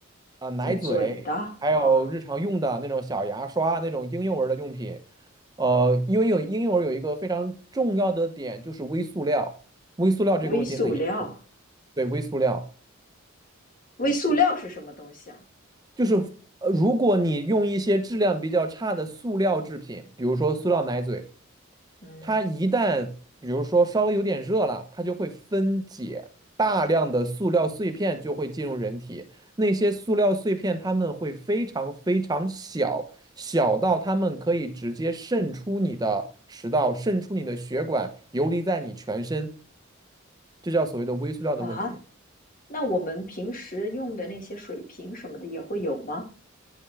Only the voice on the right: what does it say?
啊、奶嘴，
还有日常用的那种小牙刷，那种婴幼儿的用品。呃，因为有婴幼儿有一个非常重要的点，就是微塑料，微塑料这个问题很严重。
对，微塑料
就是呃，如果你用一些质量比较差的塑料制品，比如说塑料奶嘴，
它一旦比如说稍微有点热了，它就会分解，大量的塑料碎片就会进入人体。那些塑料碎片它们会非常非常小，小到它们可以直接渗出你的食道，渗出你的血管，游离在你全身，这叫所谓的微塑料的问题。